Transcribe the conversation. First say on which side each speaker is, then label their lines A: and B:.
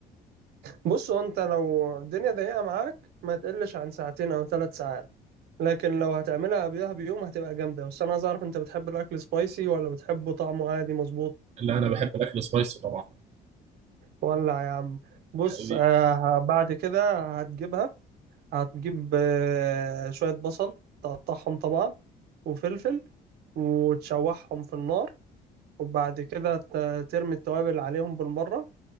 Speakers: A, on the right; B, on the right.
A: بص هو انت لو الدنيا ضيقة معاك ما تقلش عن ساعتين أو ثلاث ساعات لكن لو هتعملها قبلها بيوم هتبقى جامدة بس أنا عايز أعرف أنت بتحب الأكل سبايسي ولا بتحبه طعمه عادي مظبوط
B: لا انا بحب الاكل سبايسي طبعا
A: ولا يا عم بص
B: حبيبي
A: آه بعد كده هتجيبها هتجيب آه، شوية بصل تقطعهم طبعا وفلفل وتشوحهم في النار وبعد كده ت- ترمي التوابل عليهم بالمرة